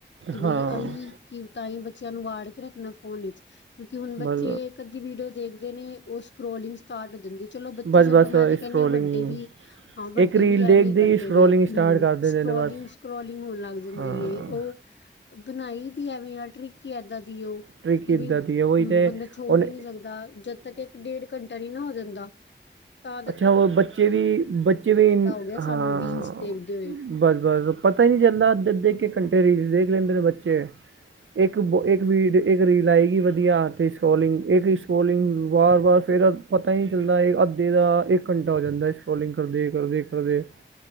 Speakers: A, on the left; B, on the right.
A: ਕਿ
B: ਹਾਂ
A: ਬਈ ਅਸੀ ਕਿ 'ਤਾਂਹੀ ਬੱਚਿਆਂ ਨੂੰ ਵਾੜ ਕੇ ਰੱਖਣਾ ਫੋਨ ਵਿੱਚ ਕਿਉਂਕਿ ਹੁਣ ਬੱਚੇ
B: ਬਸ
A: ਇੱਕ, ਅੱਧੀ ਵੀਡੀਓ ਦੇਖਦੇ ਨੇ 'ਉਹ ਸਕਰੋਲਿੰਗ ਸ਼ਟਾਟ ਹੋ ਜਾਂਦੀ ਹੈ, ਚਲੋ ਬੱਚੇ
B: ਬਸ
A: ਛੱਡੋ
B: ਬਸ
A: ਮੈਂ ਤੇ
B: ਸਕਰੋਲਿੰਗ
A: ਨਹੀਂ ਵੱਡੇ ਵੀ, ਹਾਂ ਵੱਡੇ
B: ਇੱਕ ਰੀਲ
A: ਵੀ
B: ਦੇਖਦੇ
A: 'ਐਵੇਂ ਕਰਦੇ
B: ਹੀ ਸਕਰੋਲਿੰਗ
A: ਨੇ, ਹੁਂ
B: ਸਟਾਰਟ ਕਰ ਦਿੰਦੇ
A: ਸਕੋਲਿੰਗ
B: ਨੇ ਬਸ
A: ਸਕੋਲਿੰਗ ਹੋਣ ਲੱਗ ਜਾਂਦੀ
B: ਹਾਂ
A: ਹੈ, ' ਉਹ ਬਣਾਈ ਦੀ ਐਵੇ ਆ ਟ੍ਰਿਕ ਹੀ ਏਦਾਂ ਦੀ ਉਹ।
B: ਟ੍ਰਿਕ
A: ਕਿ
B: ਇੱਦਾਂ
A: ਬਈ
B: ਦੀ ਹੈ ਉਹੀ ਤਾਂ
A: ਬੰਦਾ ਛੋੜ
B: ਹੁਣ
A: ਹੀ ਨਹੀਂ ਸਕਦਾ, ਜਦ ਤੱਕ ਇੱਕ, ਡੇਢ ਘੰਟਾ ਨਹੀਂ ਨਾ ਹੋ ਜਾਂਦਾ। ਤਾਦਂ
B: ਤਾਂ ਹੋਰ ਬੱਚੇ ਵੀ, ਬੱਚੇ ਵੀ
A: ਗਿਆ
B: ਹਾਂ
A: ਸਾਨੂੰ ਰੀਲਸ ਦੇਖਦੇ ਹੋਏ
B: ਬਸ, ਬਸ ਪਤਾ ਹੀ ਨਹੀਂ ਚੱਲਦਾ 'ਅੱਧੇ, ਅੱਧੇ ਇੱਕ, ਇੱਕ ਘੰਟੇ ਰੀਲ ਦੇਖ ਲੈਂਦੇ ਨੇ ਬੱਚੇ, ਇੱਕ -ਇੱਕ ਇੱਕ ਰੀਲ ਆਏਗੀ ਵਧੀਆਂ 'ਤੇ ਸਕੋਲਿੰਗ, ਇੱਕ ਸਕੋਲਿੰਗ ਵਾਰ, ਵਾਰ ਫੇਿਰ ਪਤਾ ਹੀ ਨਹੀਂ ਚੱਲਦਾ, ਅੱਧੇ ਦਾ ਇੱਕ ਘੰਟਾ ਹੋ ਜਾਂਦਾ ਹੈ। ਸਕਰੋਲਿੰਗ ਕਰਦੇ, ਕਰਦੇ, ਕਰਦੇ